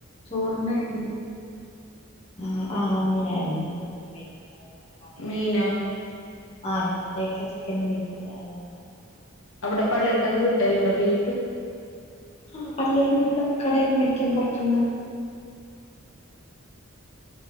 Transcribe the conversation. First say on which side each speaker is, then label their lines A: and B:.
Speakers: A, on the left; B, on the left.
A: ചോർന <unintelligible> ആഹ് ആഹ് മീനായിരുന്നു ഇന്ന് മീൻ മേടിച്ച കറിയായിരുന്നു.
B: മീനോ
A: ആ ഇന്നലെയൊക്കെ ചിക്കനും ബീഫും ഒക്കെ ആയതുകൊണ്ട.
B: അവിടെ പള്ളിക്കന്ന് കിട്ടല്ണ്ടോ ബീഫ്.
A: ആ പള്ളീന്നും കിട്ടും കടേന്ന് മേടിക്ക്യും പൊർത്ത്ന്ന്.